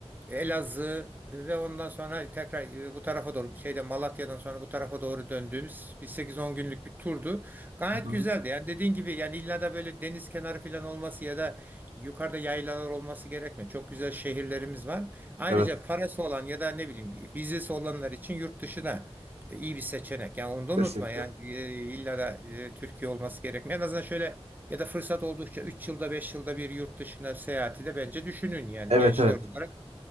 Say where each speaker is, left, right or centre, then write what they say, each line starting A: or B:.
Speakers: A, on the right; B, on the right.
A: Elazığ e, ve ondan sonra tekrar e, bu tarafa doğru şeyde Malatya'dan sonra bu tarafa doğru döndüğümüz bir sekiz on günlük bir turdu. Gayet
B: Hı hı.
A: güzeldi. Yani dediğin gibi yani illa da böyle deniz kenarı falan olması ya da yukarıda yaylalar olması gerekmiyor. Çok güzel şehirlerimiz var. Ayrıca
B: Evet
A: parası olan ya da ne bileyim bir vizesi olanlar için yurt dışı da e, iyi bir seçenek. Yani onu da unutma.
B: kesinlikle.
A: Yani e, illa da e, Türkiye olması gerekmiyor. En azından şöyle ya da fırsat oldukça 3 yılda 5 yılda bir yurt dışına seyahati de bence düşünün yani
B: Evet
A: gençler
B: evet.
A: olarak.